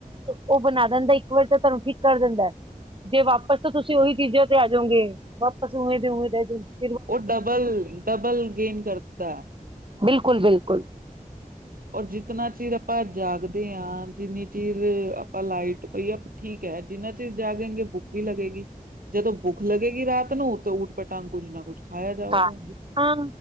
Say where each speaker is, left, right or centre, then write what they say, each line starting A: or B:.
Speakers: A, on the right; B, on the right.
A: ਉਹ ਬਣਾ ਦਿੰਦਾ ਇੱਕ ਵਾਰੀ ਤਾਂ ਤੁਹਾਨੂੰ ਠੀਕ ਕਰ ਦਿੰਦਾ ਹੈ ਜੇ ਵਾਪਸ ਤਾਂ ਤੁਸੀਂ ਉਹੀ ਚੀਜ਼ਾਂ ਤੇ ਆ ਜਾਓਗੇ ਵਾਪਸ ਉਵੇਂ ਦੇ ਉਵੇਂ ਰਹਿ ਜਾਉਗੇ।
B: ਉਹ ਡਬਲ ਡਬਲ ਗੇਨ ਕਰਦਾ
A: ਬਿਲਕੁਲ ਬਿਲਕੁਲ
B: ਔਰ ਜਿਤਨਾ ਚਿਰ ਆਪਾਂ ਜਾਗਦੇ ਹਾਂ ਜਿੰਨੀ ਚਿਰ ਆਪਾਂ ਲਾਈਟ ਪਈਏ ਠੀਕ ਹੈ ਜਿੰਨਾ ਚਿਰ ਜਾਗਣਗੇ ਭੁੱਖ ਵੀ ਲੱਗੇਗੀ ਜਦੋਂ ਭੁੱਖ ਲੱਗੇਗੀ ਰਾਤ ਨੂੰ ਤਾਂ ਊਟ ਪਟਾਂਗ ਕੁੱਝ ਨਾ ਕੁੱਝ ਖਾਇਆ ਜਾਊਗਾ।
A: ਹਾਂ